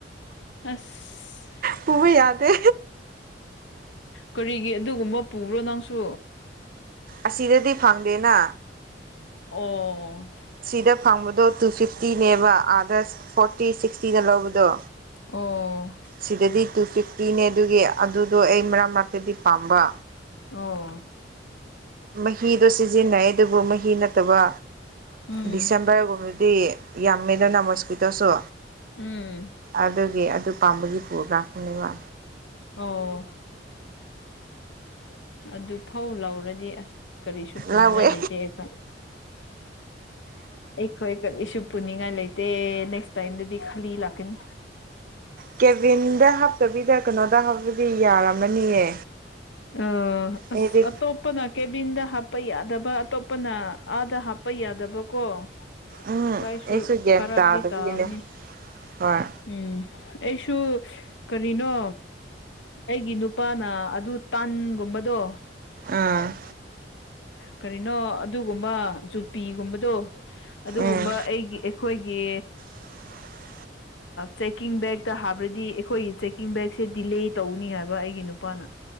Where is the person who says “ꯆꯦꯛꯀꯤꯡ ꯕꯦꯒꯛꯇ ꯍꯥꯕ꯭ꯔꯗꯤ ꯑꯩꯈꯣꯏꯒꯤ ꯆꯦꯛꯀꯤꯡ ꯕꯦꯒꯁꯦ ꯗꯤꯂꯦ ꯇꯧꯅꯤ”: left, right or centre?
Left